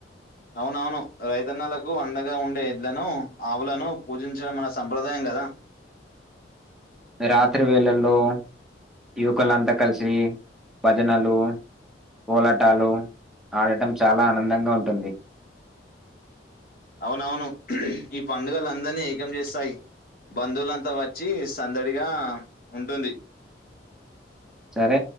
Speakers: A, on the left; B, in the centre.
A: అవునవును రైతన్నలకు అండగా ఉండే ఎడ్లను ఆవులను పూజించడం మన సంప్రదాయం కదా
B: రాత్రి వేళల్లో యువకులంతా కలిసి భజనలు కోలాటాలు ఆడటం చాలా ఆనందంగా ఉంటుంది
A: అవునవును ఈ పండుగలు అందరినీ ఏకం చేస్తాయి బంధువులంతా వచ్చి సందడిగా ఉంటుంది
B: సరే